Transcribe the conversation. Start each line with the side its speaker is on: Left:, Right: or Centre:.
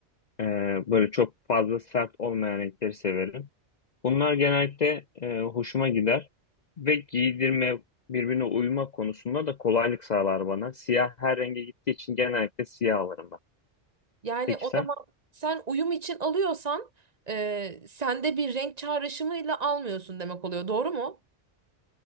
Left: e, böyle çok fazla sert olmayan renkleri severim. Bunlar genellikle e, hoşuma gider ve giydirme birbirine uyma konusunda da kolaylık sağlar bana. Siyah her renge gittiği için genellikle siyah alırım ben.
Right: Yani
Left: Peki
Right: o
Left: sen?
Right: zaman sen uyum için alıyorsan e, sende bir renk çağrışımıyla almıyorsun demek oluyor. Doğru mu?